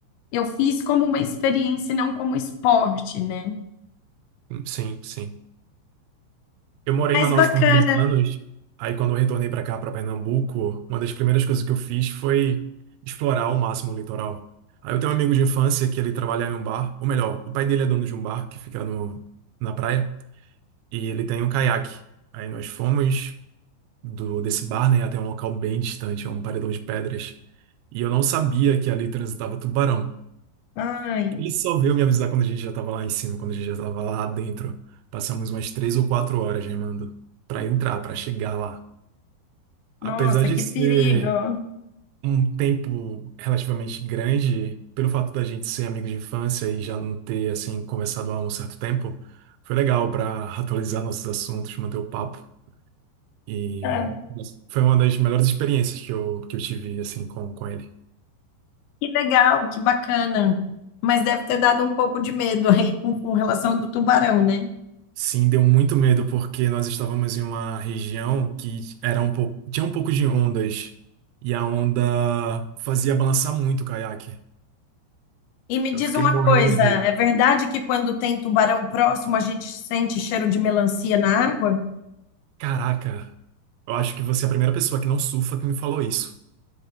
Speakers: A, on the left (about 80°); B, on the right (about 85°).
A: eu fiz como uma experiência e não como esporte, né?
B: Sim, sim. Eu morei
A: Mas
B: em Manaus
A: bacana.
B: por 10 anos. Aí, quando eu retornei para cá, para Pernambuco, uma das primeiras coisas que eu fiz foi explorar ao máximo o litoral. Aí, eu tenho um amigo de infância que ele trabalha em um bar, ou melhor, o pai dele é dono de um bar que fica no, na praia, e ele tem um caiaque. Aí, nós fomos do desse bar, né, até um local bem distante, é um paredão de pedras. E eu não sabia que ali transitava tubarão.
A: Ai,
B: Ele só veio me avisar quando a gente já tava lá em cima, quando a gente já tava lá dentro. Passamos umas três ou quatro horas remando pra entrar, pra chegar lá. Apesar
A: nossa,
B: de
A: que
B: ser
A: perigo.
B: um tempo relativamente grande, pelo fato da gente ser amigo de infância e já não ter, assim, conversado há um certo tempo, foi legal pra atualizar nossos assuntos, manter o papo. E
A: Ah,
B: nossa, foi uma das melhores experiências que eu, que eu tive, assim, com, com ele.
A: que legal, que bacana. Mas deve ter dado um pouco de medo aí com, com relação do tubarão, né?
B: Sim, deu muito medo porque nós estávamos em uma região que era um pouco, tinha um pouco de ondas e a onda fazia balançar muito o caiaque.
A: E me diz
B: Eu fiquei
A: uma
B: morrendo
A: coisa,
B: de medo.
A: é verdade que quando tem tubarão próximo a gente sente cheiro de melancia na água?
B: Caraca, eu acho que você é a primeira pessoa que não surfa que me falou isso.